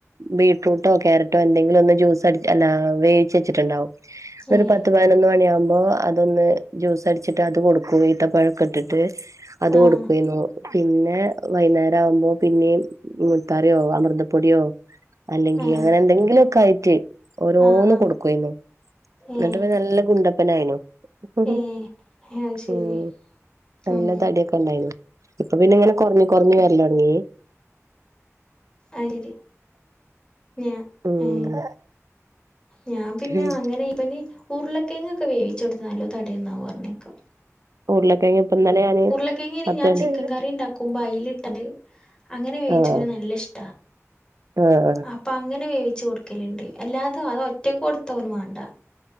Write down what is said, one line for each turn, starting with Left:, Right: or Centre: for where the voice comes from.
Right: ബീറ്റ്റൂട്ടോ കയാരറ്റോ എന്തെങ്കിലും ഒന്ന് ജ്യൂ സടി അല്ല വേച്ച് വെചിട്ടുണ്ടാവും അതൊരു
Left: ഏഹ്
Right: പത്തുപതിനൊന്ന് മണിയാമ്പോ അതൊന്ന് ജ്യൂസ് അടിച്ചിട്ട് അത് കൊടുക്കു ഇത്തപ്പഴം ഒക്കെ ഇട്ടിട്ട് അത്
Left: ആഹ്
Right: കൊടുക്കുവേന്നു പിന്നെ വൈന്നേരം ആവുമ്പോ പിന്നേം മുത്താറിയോ അമൃതപ്പൊടിയോ അല്ലെങ്കി
Left: ഏഹ്
Right: അങ്ങനെ എന്തെങ്കിലുഒക്കെ ആയിട്ട് ഓരോന്ന്
Left: ആഹ് ആഹ്
Right: കൊടുക്കുഅയ്ന്നു എന്നിട്ട്പ്പ
Left: ഏഹ്
Right: നല്ല ഗുണ്ടപ്പനായിനു <unintelligible>
Left: ഏഹ് അത് ശരി
Right: നല്ല
Left: ഉം
Right: തടിയൊക്കെ ഉണ്ടായിന്നു ഇപ്പൊ പിന്നെ ഇങ്ങനെ കൊറഞ് കൊറഞ് വരലോടങ്ങി
Left: അ എരി ഞാ
Right: ഉം
Left: ഏ ഞാൻ പിന്നെ
Right: ഉം
Left: അങ്ങനെ ഇപ്പനി ഊർല് കിഴങ്ങൊക്കെ വേവിച്ച കൊടുത്ത നല്ല തടി എന്നാവു പറഞ്ഞേക്ക
Right: ഉരുളകിഴങ്ങു ഇപ്പൊ ഇന്നലെ ഞാന്
Left: ഉരുളക്കിഴങ്ങേന
Right: പത്ത്
Left: ഞാൻ ചിക്കൻ
Right: മണി
Left: കറി ഉണ്ടാക്കുമ്പോ അയിലിട്ടല് അങ്ങനെ വേവിച്ചോന്
Right: ആഹ്
Left: നല്ല ഇഷ്
Right: ആഹ്
Left: അപ്പൊ അങ്ങനെ വേവിച്ച് കൊടുക്കലുണ്ട് എല്ലാതും അത് ഒറ്റക്ക് കൊടുത്തോന് മേണ്ട